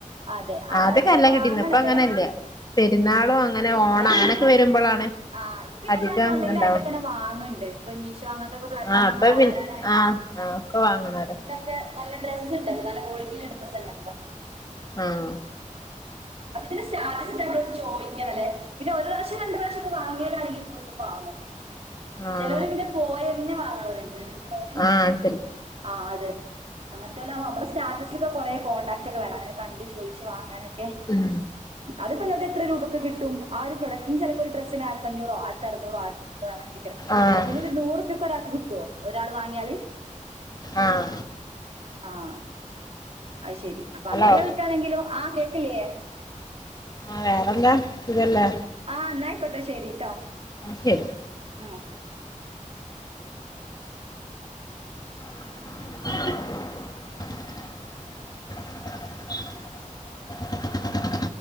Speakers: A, on the right; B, on the left.
A: അതെ അതായത്
B: ആദ്യൊക്കെ നല്ലൊം
A: വാങ്ങണല്ലേ
B: കിട്ടീന്നു ഇപ്പ അങ്ങനെല്യ. പെരുന്നാളൊ അങ്ങനെ ഓണ
A: ആ
B: അങ്ങനെക്കെ
A: അങ്ങനെ
B: വരുമ്പളാണ്
A: ആ ഇപ്പിന്നെല്ലാരും
B: അധികം
A: ഓൺലൈലാ
B: ഇത്ണ്ടാവും
A: യിട്ട്ക്ക്‌നെ വാങ്ങണ്ട് ഇപ്പ മീഷോ അങ്ങനത്തെക്കെ പ്ലാറ്റ്ഫോമ്ന്നനെ
B: ആഹ് ഇപ്പ
A: വാങ്ങനൊലായ്
B: പിന്നെ ആഹ് ആഹ് ഒക്കെ വാങ്ണോര
A: <unintelligible> നല്ല ഡ്രസ്സ് ഉണ്ടല്ലോ നല്ല ക്വാളിറ്റിയിലെ ഡ്രസ്സ് തന്നെല്ലോ
B: ആഹ്
A: അപ്പ തിനെ സ്റ്റാറ്റസിറ്റാൽ നമ്മലോഡ് ചോയ് ക്കണം ല്ലേ പിന്നെ ഒരു പ്രാവശ്യ രണ്ട് പ്രാവശ്യ ഒക്കെ വാങ്ങിയൊലാണെങ്കി വീണ്ടും വാങ്ങും.
B: ആഹ്
A: ചെലൊര് പിന്നെ പോയി തന്നെ വാങ്ങണൊരുണ്ട് എടുക്കണൊര്
B: ആഹ് ശരി
A: ആഹ് അതന്നെ അങ്ങനത്തെല്ലാം നമ്മുടെ സ്റ്റാറ്റസിലക്കെ കൊറെേ കോണ്ടാക്ട് ഒക്കെ വേണം അങ്ങനെ കണ്ട് ചോയിച്ച് വാങ്ങാനൊക്കെ
B: ഉം
A: അത്പ്പോ ഇങ്ങക്ക് എത്ര രൂപൊക്കെ കിട്ടും ആ ഒരു പപ്രോഡക്റ്റിൻ ചെലപ്പോൾ ഒരു ഡ്രസിന് ആയിരത്ത അഞ്ഞൂറോആ ആയിരത്തി അറുന്നൂറ് ആരറൂറ് അങ്ങനൊക്കെ ആക്കാരം
B: ആഹ്
A: അയിമ്മൽ ഒരു നൂറുപ്യക്കെ ഒരാൾക്ക് കിട്ടൊ ഒരാൾ വാങ്ങിയാല്
B: ആഹ്
A: ആഹ് അത് ശരി അപ്പൊ
B: ഹലോ
A: അങ്ങനെല്ല കിട്ടാണെങ്കിലോ ആ കേക്ക്‌ ല്ലേ
B: ആഹ് വേറെന്താ സുഖല്ലേ
A: ആഹ് ന്നായിക്കോട്ടെശരി ട്ടോ
B: ആഹ് ശരി
A: ഉം ഓക്കെ.
B: <unintelligible> <unintelligible>